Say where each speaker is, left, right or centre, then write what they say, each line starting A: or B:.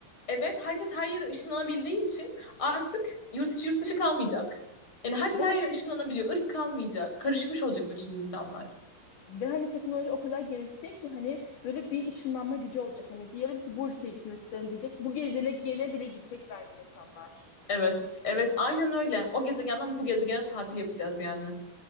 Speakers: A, on the left; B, on the left.
A: evet herkes her yere ışınlanabildiği için artık yurt içi yurt dışı kalmayacak. Yani herkes
B: ve
A: her
B: hani
A: yere ışınlanabiliyor. Irk kalmayacak. Karışmış olacak bütün insanlar.
B: ve hani teknoloji o kadar gelişecek ki hani böyle bir ışınlanma gücü olacak. Hani diyelim ki bu ülkeye gitmek istiyorum diyecek. Bu gezene gene bile gidecek bence insanlar.
A: Evet, evet aynen öyle. O gezegenden bu gezegene tatil yapacağız yani.